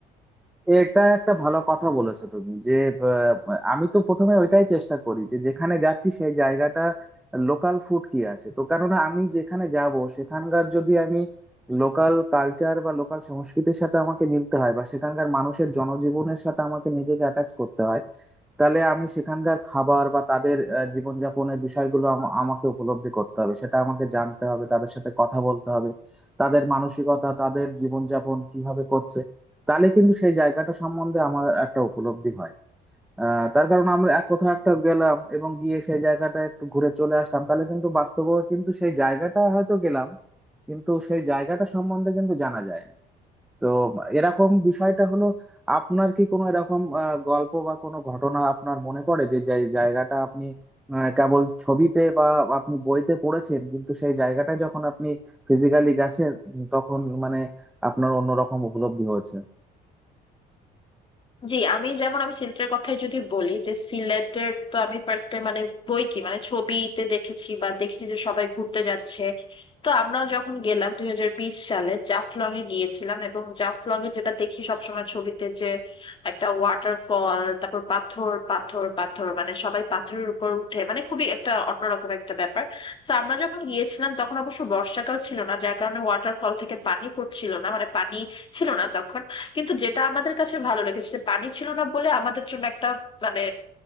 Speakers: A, in the centre; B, on the left.
A: এটা একটা ভালো কথা বলেছো তুমি যে আহ, আমি তো প্রথমে ওইটাই চেষ্টা করি যে যেখানে যাচ্ছি সেই জায়গাটা লোকাল ফুড কি আছে তো কেননা আমি যেখানে যাব সেখানকার যদি আমি লোকাল কালচার বা লোকাল সংস্কৃতির সাথে আমাকে মিলতে হয় বা সেখানকার মানুষের জনজীবনের সাথে আমাকে নিজেকে অ্যাটাচ করতে হয় তাহলে আমি সেখানকার খাবার বা তাদের আহ, জীবনযাপনের বিষয়গুলো আমা- আমাকে উপলব্ধি করতে হবে সেটা আমাকে জানতে হবে তাদের সাথে কথা বলতে হবে তাদের মানসিকতা তাদের জীবনযাপন কিভাবে করছে তাহলে কিন্তু সেই জায়গাটা সম্বন্ধে আমার একটা উপলব্ধি হয় আহ, তার কারণ আমরা এক কোথাও একটা গেলাম এবং গিয়ে সেই জায়গাটা একটু ঘুরে চলে আসলাম তাহলে কিন্তু বাস্তবে কিন্তু সেই জায়গাটা হয়তো গেলাম কিন্তু সেই জায়গাটা সম্বন্ধে কিন্তু জানা যায় না তো এরকম বিষয়টা হলো আপনার কি কোনো এরকম আহ, গল্প বা কোনো ঘটনা আপনার মনে পড়ে যে যে জায়গাটা আপনি আহ, কেবল ছবিতে বা আপনি বইতে পড়েছেন কিন্তু সেই জায়গাটা যখন আপনি ফিজিক্যালি গেছেন উম, তখন মানে আপনার অন্যরকম উপলব্ধি হয়েছে
B: জি আমি যেমন আমি সিলেটের কথাই যদি বলি যে সিলেটের তো আমি ফার্স্ট টাইম মানে বই কি মানে ছবিতে দেখেছি বা দেখেছি যে সবাই ঘুরতে যাচ্ছে তো আমরাও যখন গেলাম দুই হাজার বিশ সালে জাফলং এ গিয়েছিলাম এবং জাফলং এ যেটা দেখি সবসময় ছবিতে যে একটা ওয়াটারফল তারপর পাথর পাথর পাথর মানে সবাই পাথরের উপর উঠে মানে খুবই একটা অন্যরকম একটা ব্যাপার তো আমরা যখন গিয়েছিলাম তখন অবশ্য বর্ষাকাল ছিল না যার কারণে ওয়াটারফল থেকে পানি পড়ছিল না মানে পানি ছিল না তখন কিন্তু যেটা আমাদের কাছে ভালো লেগেছে যে পানি ছিল না বলে আমাদের জন্য একটা মানে